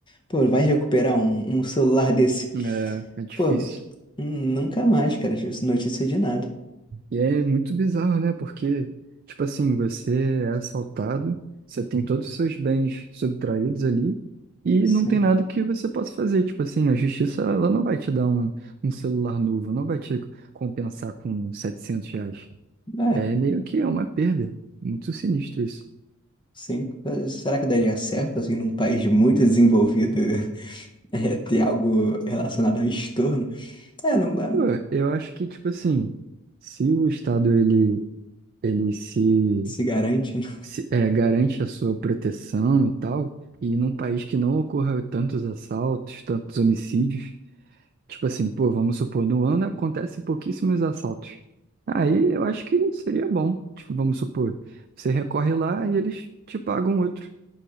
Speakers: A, on the left; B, on the right.
A: pô, vai recuperar um, um celular <laughs> desse?
B: É, é difícil.
A: Pô, nunca mais, cara, tive notícia de nada.
B: E é muito bizarro, né? Porque, tipo assim, você é assaltado, você tem todos os seus bens subtraídos ali e
A: Sim,
B: não tem nada que você possa fazer. Tipo assim, a justiça, ela não vai te dar um, um celular novo, não vai te compensar com 700 reais.
A: é,
B: É meio que é uma perda. Muito sinistro isso.
A: sim. Será que daria certo, assim, num país muito desenvolvido? <laughs> <laughs> é, ter algo relacionado ao estorno. É, não é,
B: Pô, eu acho que, tipo assim, se o Estado, ele, ele se
A: se garante. né?
B: se- é, garante a sua proteção e tal, e num país que não ocorra tantos assaltos, tantos homicídios, tipo assim, pô, vamos supor, no ano acontecem pouquíssimos assaltos. Aí eu acho que seria bom, tipo, vamos supor, você recorre lá e eles te pagam outro,